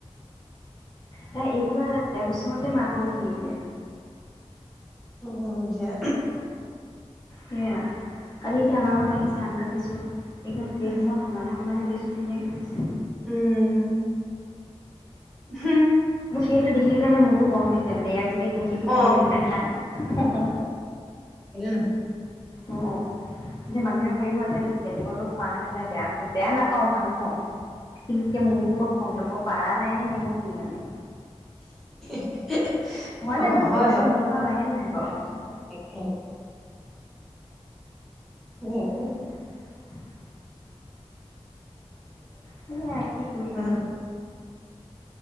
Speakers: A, on the left; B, in the centre.
A: তাই এইবোৰ কাৰণে এবছৰতে মাকাক গাখীৰ এৰিলে।
B: অ দিয়া,
A: সেয়া, কালি এতিয়া আমাৰ ঘৰত আহিছে। চ আম কাটিচো একদম প্লেখনত
B: উম
A: সমানে সমানে দিছো ধুনীয়াকৈ খাইছে
B: উম হ
A: মোক সেইটো দেখি থাকিলে মে মোৰতো গম উঠিছে মানেয়াক যদি দিওঁ সেইখিনি
B: অ
A: মই যুদি নাখা অ
B: হ ন
A: অ এতিয়া মানুহে ভাবিব যে বেলেগো খোৱাৰ কাৰণে তাই বেয়া পা বেয়া নাপাওঁ ভাল পাওঁ কিন্তু এতিয়া মোৰ ওপৰত খং উঠে মই পাৰা নাই নে নে মোৰ কি মানে
B: <inaudible>
A: হয়নে
B: অ
A: নহয়
B: হয়
A: বাৰু সেইটো
B: হয়
A: মনোভাৱ আহে নে নাহে বাৰু কওকচোন
B: ক উম
A: এ <unintelligible> সেয়াই কি কৰিব
B: গ ন <unintelligible>